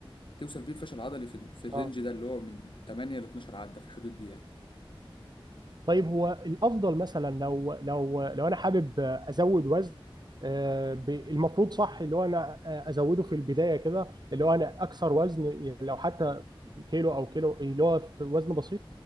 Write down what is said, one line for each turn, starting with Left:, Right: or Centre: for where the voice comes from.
Left: توصل بيه الفشل العضلي في ال- في الرينج
Right: اه
Left: ده اللي هو من 8 ل 12 عده في الحدود دي يعني
Right: طيب هو الافضل مثلا لو لو لو انا حابب ازود وزن آه، ب- المفروض صح اللي هو انا آه، ازوده في البدايه كده اللي هو انا اكثر وزن يعني لو حتى كيلو او كيلو اللي هو في وزن بسيط